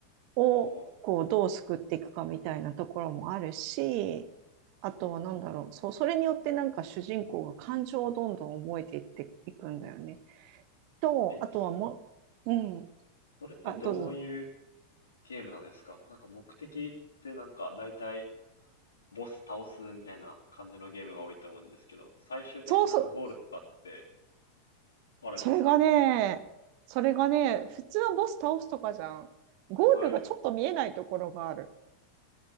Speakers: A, on the right; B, on the left.
A: をこうどう救っていくかみたいなところもあるし、
B: ああ。
A: あとは何だろう、そう、それによってなんか主人公が感情をどんどん覚えていっていくんだよね。と、
B: え、
A: あとはもう、うん、
B: それってどういう
A: あ、どうぞ。
B: ゲームなんですかなんか目的ってなんか大体ボス倒すみたいな感じのゲームが多いと思うんですけど、最終的なゴールとかって
A: そうそう、
B: あるんですか
A: それがね、それがね、普通はボス倒すとかじゃん。ゴールがちょっと見えないところがある。
B: はい。